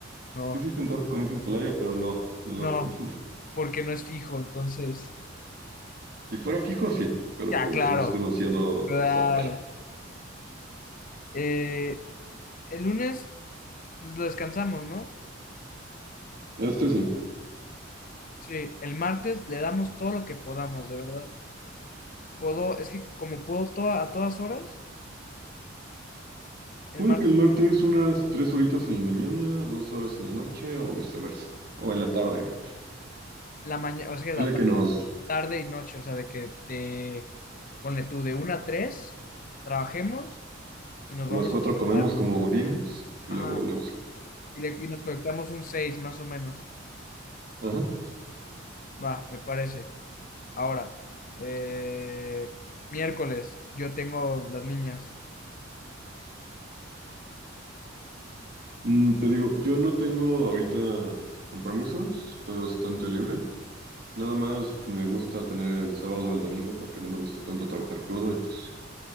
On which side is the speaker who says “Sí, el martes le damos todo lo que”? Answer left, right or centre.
Left